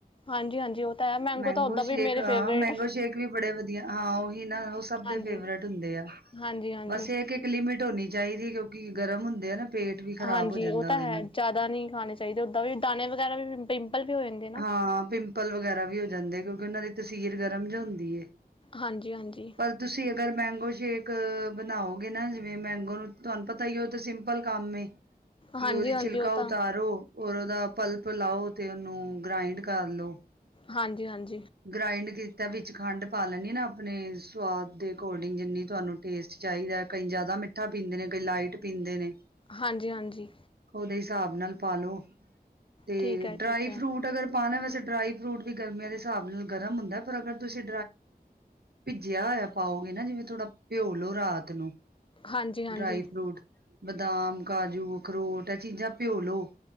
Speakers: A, on the left (about 35°); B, on the right (about 75°).
A: ਹਾਂਜੀ ਹਾਂਜੀ ਉਹ ਤਾਂ ਹੈ
B: ਮੈਂਗੋ
A: ਤਾਂ ਓਦਾਂ ਵੀ
B: ਸ਼ੇਕ
A: ਮੇਰੇ
B: ਹਾਂ
A: ਫੇਵਰੇਟ
B: ਮੈਂਗੋ ਸ਼ੇਕ ਵੀ ਬੜੇ ਵਧੀਆ, ਹਾਂ ਉਹੀ ਨਾ ਉਹ ਸਭ
A: ਹਾਂਜੀ
B: ਦੇ ਫੇਵਰੇਟ ਹੁੰਦੇ ਆ,
A: ਹਾਂਜੀ ਹਾਂਜੀ
B: ਬਸ ਇਹ ਇੱਕ ਇੱਕ ਲਿਮਿਟ ਹੋਣੀ ਚਾਹੀਦੀ ਕਿਉਂਕਿ ਗਰਮ ਹੁੰਦੇ ਆ ਨਾ। ਪੇਟ ਵੀ ਖ਼ਰਾਬ
A: ਹਾਂਜੀ
B: ਹੋ ਜਾਂਦਾ
A: ਉਹ ਤਾਂ
B: ਉਹਦੇ
A: ਹੈ,
B: ਨਾਲ।
A: ਜ਼ਿਆਦਾ ਨਹੀਂ ਖਾਣੇ ਚਾਹੀਦੇ ਓਦਾਂ ਵੀ ਦਾਣੇ ਵਗੈਰਾ ਵੀ ਪਿੰਪਲ ਵੀ ਹੋ ਜਾਂਦੇ ਨਾ।
B: ਹਾਂ ਪਿੰਪਲ ਵਗੈਰਾ ਵੀ ਹੋ ਜਾਂਦੇ। ਕਿਉਂਕਿ ਉਹਨਾਂ ਦੀ ਤਸੀਰ ਗਰਮ ਜ ਹੁੰਦੀ ਐ,
A: ਹਾਂਜੀ ਹਾਂਜੀ
B: ਪਰ ਤੁਸੀਂ ਅਗਰ ਮੈ ਉਹ ਸ਼ੇਕ ਬਣਾਓਗੇ, ਨਾ ਜਿਵੇਂ ਮੈਂਗੋ ਨੂੰ ਤੁਹਾਨੂੰ ਪਤਾ ਹੀ ਉਹ ਤੇ ਸਿੰਪਲ ਕੰਮ ਏ। ਕਿ
A: ਹਾਂਜੀ
B: ਉਹਦੀ
A: ਹਾਂਜੀ
B: ਛਿਲਕਾ
A: ਉਹ ਤਾਂ
B: ਉਤਾਰੋ, ਰ ਉਹਦਾ ਪਲਪ ਲਾਓ, ਤੇ ਉਹਨੂੰ ਗ੍ਰਾਇੰਡ ਕਰ ਲਓ।
A: ਹਾਂਜੀ-ਹਾਂਜੀ,
B: ਗ੍ਰਾਇੰਡ ਕੀਤਾ। ਤਾਂ ਵਿੱਚ ਖੰਡ ਪਾ ਲੈਂਨੀ ਆ, ਨਾ ਆਪਣੇ ਸਵਾਦ ਦੇ ਅਕੋਰਡਿੰਗ ਜਿੰਨੀ ਤੁਹਾਨੂੰ ਟੇਸਟ ਚਾਹੀਦਾ ਕਈ ਜ਼ਿਆਦਾ। ਮਿੱਠਾ ਪੀਂਦੇ ਨੇ ਕਈ ਲਾਈਟ ਪੀਂਦੇ ਨੇ,
A: ਹਾਂਜੀ-ਹਾਂਜੀ,
B: ਉਹਦੇ ਹਿਸਾਬ ਨਾਲ ਪਾਲੋ, ਤੇ
A: ਠੀਕ ਹੈ
B: ਡਰਾਈ
A: ਠੀਕ ਹੈ
B: ਫਰੂਟ ਅਗਰ ਪਾਣਾ ਵੈਸੇ ਡਰਾਈ ਫਰੂਟ ਵੀ ਗਰਮੀਆਂ ਦੇ, ਹਿਸਾਬ ਨਾਲ ਗਰਮ ਹੁੰਦਾ ਹੈ, ਪਰ ਅਗਰ ਤੁਸੀਂ ਭਿੱਜਿਆ ਹੋਇਆ ਪਾਓਗੇ, ਨਾ ਜਿਵੇਂ ਥੋੜਾ ਭਿਓ ਲਓ ਰਾਤ ਨੂੰ
A: ਹਾਂਜੀ-ਹਾਂਜੀ,
B: ਡਰਾਈ ਫਰੂਟ ਬਦਾਮ ਕਾਜੂ ਅਖਰੋਟ ਇਹ ਚੀਜ਼ਾਂ ਭਿਓ ਲੋ